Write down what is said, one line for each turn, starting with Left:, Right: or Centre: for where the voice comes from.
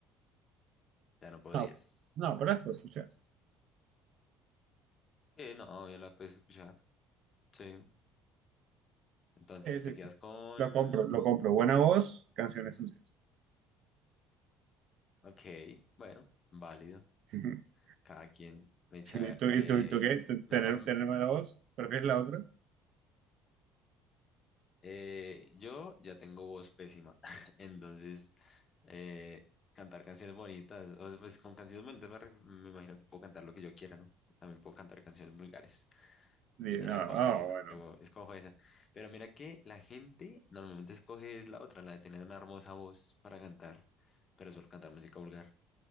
Left: Ya no podrías.
Right: No, no, pero las puedo escuchar.
Left: Sí, no, ya la puedes escuchar. Sí. Entonces
Right: Eh, sí,
Left: te quedas con.
Right: lo compro, lo compro. Buena voz, canciones sucias.
Left: Ok, bueno, válido.
Right: <laughs>
Left: Cada quien. Ven, a
Right: ¿Y
Left: ver.
Right: tú,
Left: Eh,
Right: y tú, y tú qué? ¿Tú- ¿Tener,
Left: normal.
Right: tener mala voz? ¿Prefieres la otra?
Left: eh, yo ya tengo voz pésima. <laughs> Entonces, eh, cantar canciones bonitas. o sea, pues con canciones bonitas me, ref- me imagino que puedo cantar lo que yo quiera, ¿no? También puedo cantar canciones vulgares.
Right: Y-
Left: y tener
Right: Ah,
Left: voz pésima.
Right: ah, bueno,
Left: Yo escojo esa. Pero mira que la gente normalmente escoge es la otra, la de tener una hermosa voz para cantar, pero solo cantar música vulgar.